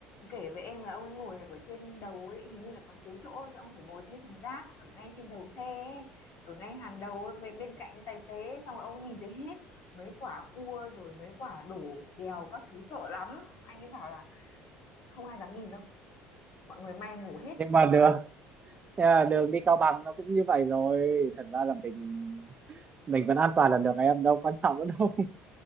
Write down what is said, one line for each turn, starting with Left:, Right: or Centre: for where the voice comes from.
Left: kể với em là ông ấy ngồi ở trên đầu ấy hình như là còn thiếu chỗ cho ông phải ngồi trên cái thùng rác ở ngay trên đầu xe ấy, ở ngay hàng đầu ấy, về bên cạnh tài xế xong rồi ông nhìn thấy hết mấy quả cua rồi mấy quả đổ đèo các thứ sợ lắm anh ấy bảo là không ai dám nhìn đâu mọi người may ngủ hết
Right: nhưng mà đường nhưng mà đường đi Cao Bằng nó cũng như vậy rồi thật ra là mình mình vẫn an toàn là được em đâu quan trọng nữa đâu